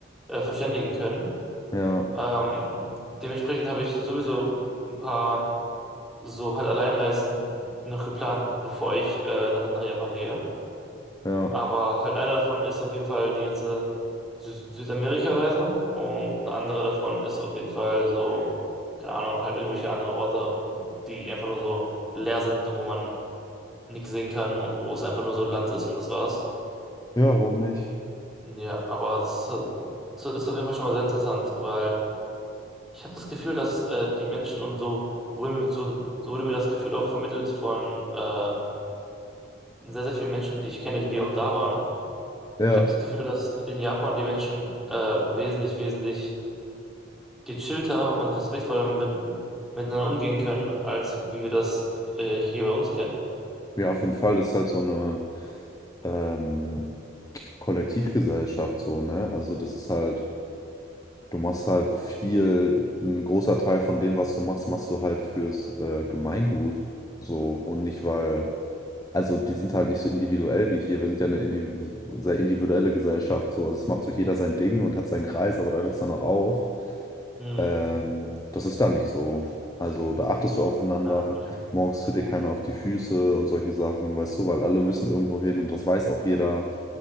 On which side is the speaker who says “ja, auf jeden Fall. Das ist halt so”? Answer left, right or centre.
Left